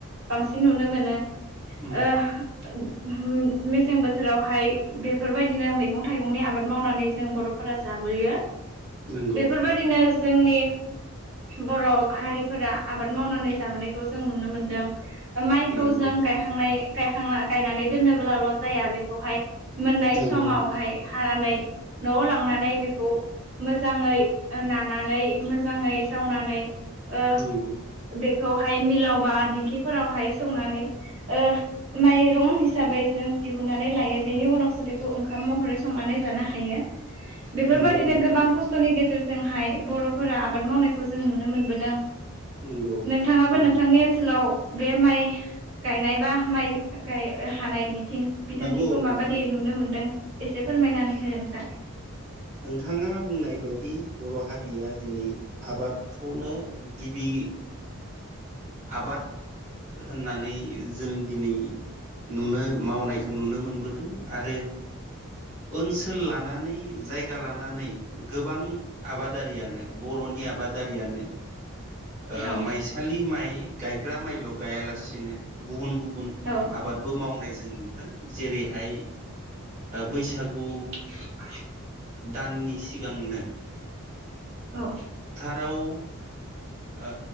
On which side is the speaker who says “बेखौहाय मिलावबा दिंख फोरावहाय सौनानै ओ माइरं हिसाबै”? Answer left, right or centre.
Right